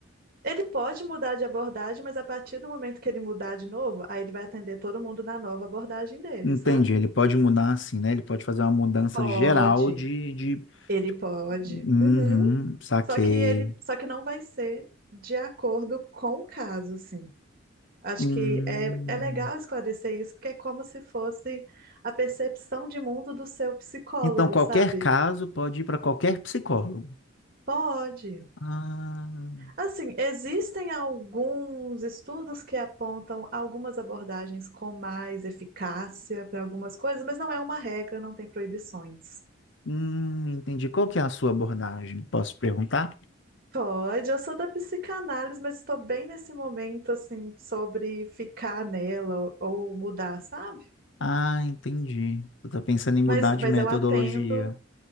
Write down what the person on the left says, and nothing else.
Entendi,
ele pode mudar assim, né? Ele pode fazer uma mudança
geral de, de...
Uhum,
saquei.
Hum.
Então, qualquer
caso pode ir para qualquer psicólogo.
Ah,
hum, entendi. Qual que é a sua abordagem? Posso perguntar?
Ah, entendi. Você está pensando em mudar
de
metodologia.